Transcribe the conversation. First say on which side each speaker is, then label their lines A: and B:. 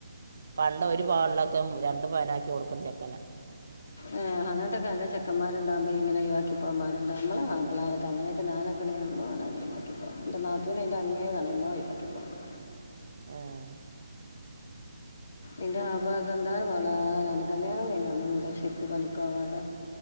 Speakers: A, on the right; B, on the left.
A: പണ്ടൊരു പവൻക്കെള്ളതൊക്കേ രണ്ട് പവനാക്കി കൊടുക്കുന്ന ചെക്കന.
B: ഏ അങ്ങൻത്തൊക്കല്ല ചെക്കന്മാര്ണ്ടാകുമ്പോ യിങ്ങനൊയിവാക്കി പോകാം പാട്ണ്ടോ. മ്മള മാപ്പ്ളാരൊക്കെ അങ്ങനൊക്കെ ഞാനെ നക്കണെന്ന <unintelligible> ഞാൻ ഇയിലലി പോണം എ്റെ നാത്തൂനയി അങ്ങേ തണെ ന്നോ ഒയിവാക്കി പോണം.
A: ആഹ്
B: എന്റെ ആപ്പെന്ത <unintelligible> പോലെതന്നെയണ് അന്ന് മുതല് ശരിക്ക് പണിക്കോവാതെ